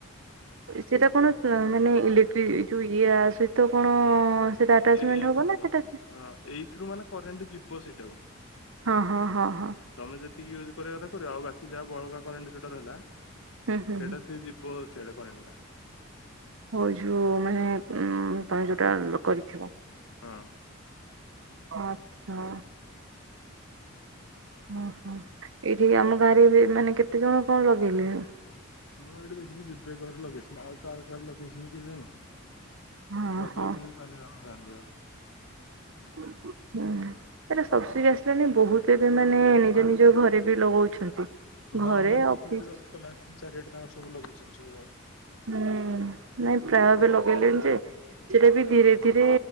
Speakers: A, on the right; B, on the left.
A: ସେଇଟା କଣ ମାନେ ଇଲେକ୍ଟ୍ରି ଯୋଉ ଇଏ ସହିତ କଣ ସେଟା ଆଟାଚମେଣ୍ଟ
B: ଏଇ ଏଇଥିରୁ
A: ହବ ନା
B: ହଁ
A: ସେଟା
B: ଏଇଥିରୁ ମାନେ କରେଣ୍ଟ ଯିବ ସେଇଟାକୁ
A: ହଁ ହଁ ହଁ ହଁ
B: ତମେ ଯେତିକି ୟୁଜ କରିବା କଥା କର ଆଉ ବାକି ଯାହା ବଳକା କରେଣ୍ଟେ ଯ ର ହେଲା
A: ହୁଁ ହୁଁ
B: ସେଇଟା
A: ହୁଁ
B: ସି ଯିବ ସେଟା କରେଣ୍ଟ ଟା
A: ହଉ ଯୋଉ ମାନେ ଉ ତମେ ଯୋଉଟା କରିଥିବ
B: ହଁ
A: ଆଚ୍ଛା ଓହୋ ଏଇଠିକି ଆମ ଗାଁରେ ମାନେ କେତେ ଜଣ କଣ ଲଗେଇଲେଣି
B: ମୁଁ ଏଇଠି ଦେଖିଛି ବିବେକ ଘର ଲଗେଇଛନ୍ତିି ଆଉ କାର କାର ଲଗେଇଛନ୍ତି କେଜାଣି
A: ହଁ
B: ଲଗେଇଥିବ
A: ହଁ
B: ପାରିବେ ଆମ ଗାଁରେ ଯ
A: ହୁଁ ଏରେ ସବସ ଆସିଲାଣି ବହୁତ ଏବେ ମାନେ ନିଜ ନିଜ ଘରେ ବି ଲଗଉଛନ୍ତି।
B: ହଁ
A: ଘରେ
B: ମୁଁ ଏଠିଦେଖୁଥିଲି
A: ଅଫିସ
B: ଦଶପଲ୍ଲା ହେରିକାରେ ଚାରିଆଡୋଙ୍କ ସବୁ ଲଗେଇଛି। ଯୋଉଁ
A: ହୁଁ ନାଇଁ ପ୍ରାୟବେ ଲଗେଇଲେଣି ଯେ ସେଟା ବି ଧୀରେ ଧୀରେ